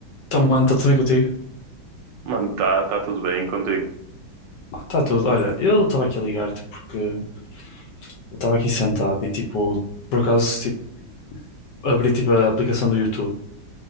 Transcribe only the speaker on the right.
Mano, tá, tá tudo bem contigo.